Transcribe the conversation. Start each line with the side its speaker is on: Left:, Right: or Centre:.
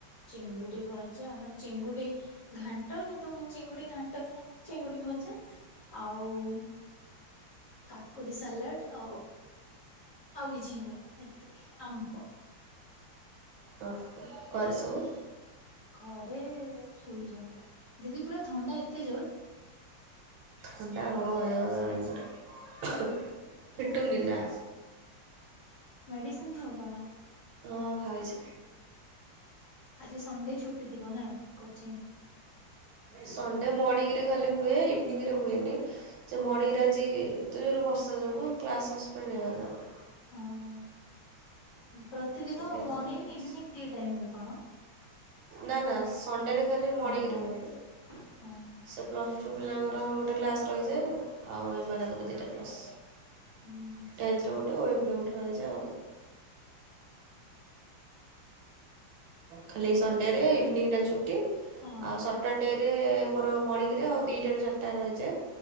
Left: ଚିଙ୍ଗୁଡ଼ି ଭଜା ମାନେ ଚିଙ୍ଗୁଡି ଘାଣ୍ଟ କିନ୍ତୁ ମୁଁ ଚିଙ୍ଗୁଡି ଘାଣ୍ଟ ଖାଏନି ଚିଙ୍ଗୁଡି ଭଜା ଆଉ କାକୁଡ଼ି ସାଲାଟ ଆଉ ଆଉ କିଛି ନୁହେଁ ଏତିକି ଆମ୍ବ
Right: ତ ଘରେ ସବୁ
Left: ଘରେ ଶୋଇଛନ୍ତି ଦିଦି ପୁରା ଥଣ୍ଡା ଏତେ ଜୋର
Right: ଥଣ୍ଡା ହ ହେଇଗଲାଣି
Left: ନା
Right: ଭାରି ଫିଟୁନି ନା
Left: ମେଡିସିନି ଖାଉଛ ନା
Right: ହଁ ଖାଇଛି
Left: ଆଜି ସଣ୍ଡେ ଛୁଟି ଥିବ ନା କୋଚିଂଙ୍ଗି
Right: ସଣ୍ଡେ ମଣିଙ୍ଗିରେ ଖାଲି ହୁଏ ଇଭିନିଙ୍ଗିରେ ହୁଏନି ଯେ
Left: ହଁ
Right: ମଣିଙ୍ଗିରେ ଆଜି ଏତେଜୋର ବର୍ଷା ଯୋଗୁ କ୍ଲାସ୍ ସସ୍ପେଣ୍ଡ ହେଇଗଲା ଆମର
Left: ହଁ ହଁ। ପ୍ରତିଦିନ
Right: ସେଥିଲାଗି
Left: ମଣିଙ୍ଗି
Right: ଦେଲେନି।
Left: ଇଭିନିଙ୍ଗି ଦି ଟାଇମିରେ ହୁଏ କଣ
Right: ନା ନା ସଣ୍ଡେରେ ଖାଲି ମଣିଙ୍ଗିରେ
Left: ଓହୋ
Right: ହୁଏ
Left: ହୋ ହଁ ହଁ
Right: ସେ ପ୍ଲସ୍ ଟୁ ପିଲାଙ୍କର ଗୋଟେ କ୍ଲାସ୍ ରହିଯାଏ ଆଉ ଏମାନଙ୍କର ଦୁଇଟା କ୍ଲାସ୍
Left: ହୁଁ
Right: ଟେନ୍ ଥୋ ଗୋଟେ ଉଏବରେ ଗୋଟେ ରହିଛି ଆଉ ଖାଲି ସଣ୍ଡେରେ ଇଭିନିଙ୍ଗି ଟା ଛୁଟି
Left: ହଁ
Right: ଆଉ ଡେଏରେ ମୋର ମଣିଙ୍ଗିରେ ଆଉ ଦୁଇଟାରୁ ଚାରିଟା ରହିଯାଏ